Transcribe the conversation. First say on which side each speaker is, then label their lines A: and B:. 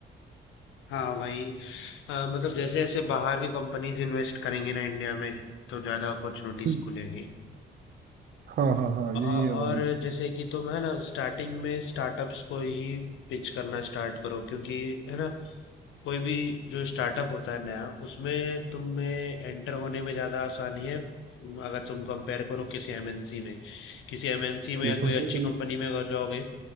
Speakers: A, on the left; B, on the right.
A: हाँ वही अ, मतलब जैसे जैसे बाहर की कंपनीज इन्वेस्ट करेंगी ना इंडिया में तो ज्यादा अपॉर्चुनिटीज
B: हम्म।
A: खुलेंगी
B: हाँ हाँ हाँ
A: अ-
B: यही है
A: और
B: भाई
A: जैसे कि तुम है ना स्टार्टिंग में स्टार्टअप्स को ही पिच करना स्टार्ट करो क्योंकि है ना कोई भी जो स्टार्टअप होता है नया उसमें तुम्हें एंटर होने में ज्यादा आसानी है अगर तुम कंपेयर करो किसी एमएनसी में किसी एमएनसी में
B: ये
A: या
B: तो
A: कोई
B: है
A: अच्छी
B: भाई
A: कंपनी में अगर जाओगे